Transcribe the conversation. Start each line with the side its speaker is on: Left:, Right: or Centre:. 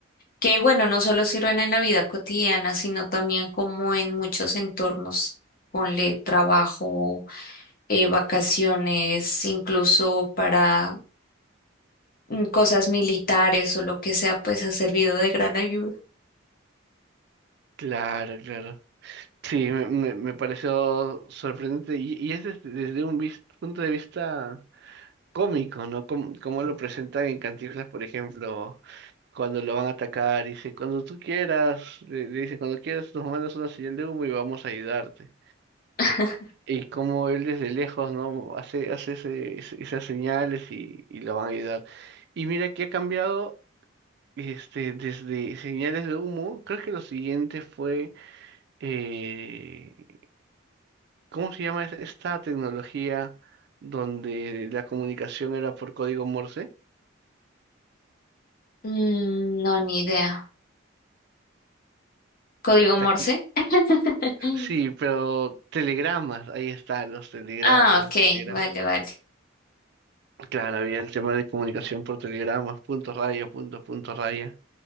Left: que bueno, no solo sirven en la vida cotidiana, sino también como en muchos entornos. Ponle trabajo, eh, vacaciones, incluso para mm, cosas militares o lo que sea, pues ha servido de gran ayuda.
Right: Claro, claro. Sí, me, me- me pareció sorprendente y, y es desde, desde un vis- punto de vista cómico, ¿no? Como, como lo presentan en Cantinflas, por ejemplo, cuando lo van a atacar, dice, cuando tú quieras, le, le dice, cuando quieras nos mandas una señal de humo y vamos a ayudarte.
Left: <laughs>
Right: Y como él desde lejos, ¿no? Hace, hace ese- ese- esas señales y, y lo van a ayudar. Y mira que ha cambiado, este, desde señales de humo, creo que lo siguiente fue, eh, ¿cómo se llama es- esta tecnología donde la comunicación era por código Morse?
Left: Mm, no, ni idea. ¿Código Morse?
Right: Taqui-
Left: <laughs>
Right: Sí, pero telegramas, ahí está, los telegramas,
Left: Ah, ok,
Right: los telegramas.
Left: vale, vale.
Right: Claro, había el tema de comunicación por telegramas, punto raya, punto, punto raya.